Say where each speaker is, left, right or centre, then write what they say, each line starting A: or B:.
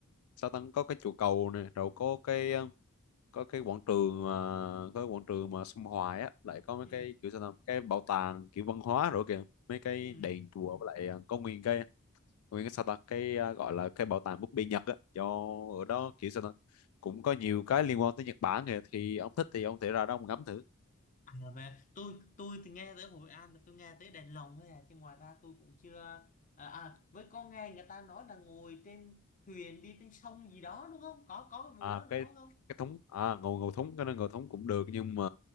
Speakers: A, on the left; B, on the left.
A: sao ta có cái chùa cầu này rồi có cái ờ, có cái quảng trường mà có cái quảng trường mà sông Hoài á lại có mấy
B: ừ
A: cái kiểu sao ta cái bảo tàng kiểu văn hóa rồi kìa mấy cái
B: ừ
A: đền chùa với lại ờ, có nguyên cái nguyên cái sao ta cái ờ, gọi là cái bảo tàng búp bê Nhật á do ở đó kiểu sao ta cũng có nhiều cái liên quan tới Nhật Bản kìa thì ông thích thì ông thể ra đó ông ngắm thử
B: à về tôi tôi thì nghe tới Hội An là tôi nghe tới đèn lồng thôi à chứ ngoài ra tôi cũng chưa à, à với có nghe người ta nói là ngồi trên thuyền đi trên sông gì đó đúng không có có cái
A: à,
B: vụ đó nữa
A: cái
B: đúng không
A: cái thúng à, ngầu ngầu thúng cái nó ngầu thúng cũng được nhưng mà